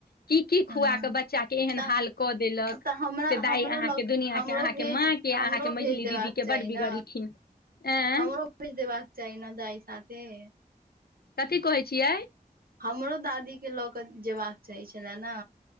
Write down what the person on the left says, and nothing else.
की की
खुआ कऽ बच्चा के एहन
हाल कऽ देलक
से दाइ
अहाँके
दुनिया
के अहाँके
माँ के
अहाँके
मझली
दीदी के
बड बिगड़लखिन
एं
कथी कहै छियै